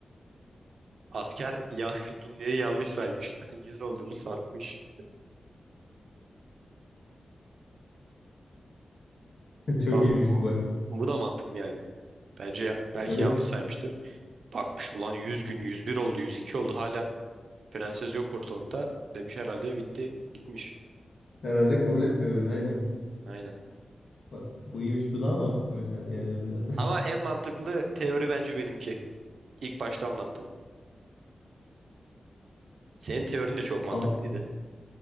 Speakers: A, on the right; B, on the left.
A: Asker ya, <laughs> günleri yanlış saymış. <laughs> 100 olduğunu sanmış.
B: <laughs> çok
A: Ama
B: iyiymiş
A: bu,
B: bu bak.
A: bu da mantıklı yani. Bence ya- belki
B: Evet.
A: yanlış saymıştır. Bakmış ulan yüz gün 101 oldu 102 oldu hala prenses yok ortalıkta. Demiş herhalde bitti gitmiş.
B: Herhalde kabul etmiyor beni. Aynen.
A: Aynen.
B: Bak bu iyiymiş. Bu daha mantıklı mesela diğerlerinden.
A: Ama en mantıklı teori bence benimki. İlk başta anlattığım. Senin teorin de çok mantıklıydı.
B: <laughs> Abi,